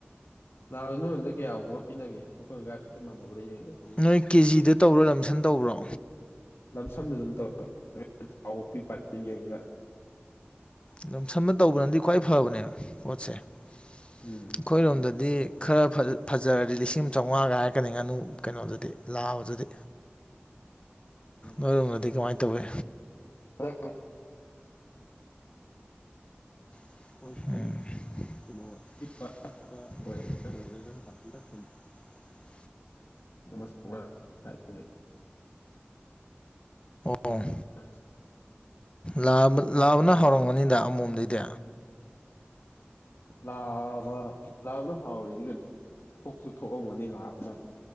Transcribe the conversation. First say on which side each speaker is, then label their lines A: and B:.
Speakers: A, on the left; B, on the left.
A: ꯂꯅ ꯍ ꯀꯌꯥꯒꯨꯝꯕ ꯄꯤꯅꯒꯦ ꯑꯩꯈꯣꯏꯅꯒꯩ ꯃꯥꯟꯅꯕ꯭ꯔꯥ ꯌꯦꯡꯒꯦ꯫
B: ꯅꯣꯏ ꯀꯦꯖꯤꯗ ꯇꯧꯔ ꯂꯝꯁꯟ ꯇꯧꯕ꯭ꯔꯣ
A: ꯂꯝꯁꯝꯅ ꯑꯗꯨꯝ ꯇꯧꯔꯒ ꯌꯦꯡꯉꯒ
B: ꯑꯗꯨꯝ ꯁꯝꯅ ꯇꯧꯕꯅꯗꯤ ꯈ꯭ꯋꯥꯏ ꯐꯕꯅꯦꯕ ꯄꯣꯠꯁꯦ ꯑꯩꯈꯣꯏꯔꯣꯝꯗꯗꯤ
A: ꯎꯝ
B: ꯈꯔ ꯐꯖꯔꯗꯤ ꯂꯤꯁꯤꯡ ꯆꯥꯝꯃꯉꯥꯒ ꯍꯥꯏ ꯆꯀꯅꯤ ꯉꯥꯅꯨ ꯀꯩꯅꯣꯗꯨꯗꯤ ꯂꯥꯕꯗꯨꯗꯤ ꯅꯣꯏꯔꯣꯗꯗꯤ ꯀꯃꯥꯏꯅ ꯇꯧꯋꯤ
A: ꯆ
B: ꯍ ꯀꯩꯅ
A: ꯄꯤꯛꯄ
B: ꯏꯄꯥ
A: ꯑꯣꯏꯔꯒ
B: ꯑꯣꯏ ꯐ
A: ꯅꯁ ꯍꯥꯏꯥꯏꯅꯦ
B: ꯑꯣ
A: <unintelligible>
B: ꯂꯥꯕ ꯂꯥꯕꯅ ꯍꯥꯑꯣꯔꯝꯒꯅꯤꯗ ꯑꯃꯣꯝꯗꯩꯗꯤ
A: ꯂꯥꯕ ꯂꯥꯕꯅ ꯍꯥꯎꯔꯤꯁꯦ ꯀꯩꯅꯣ ꯊꯣꯛꯁꯨ ꯊꯣꯛꯑꯝꯒꯅꯤ ꯂ <unintelligible>